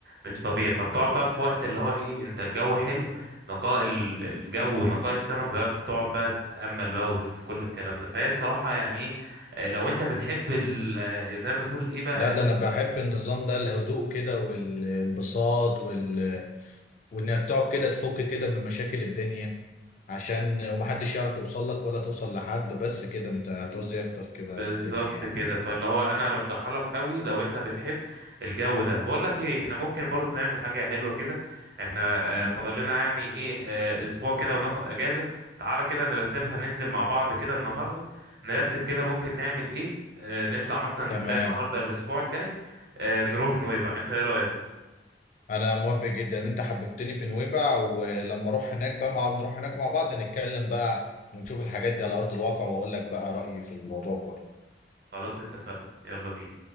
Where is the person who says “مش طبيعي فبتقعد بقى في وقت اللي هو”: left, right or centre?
Right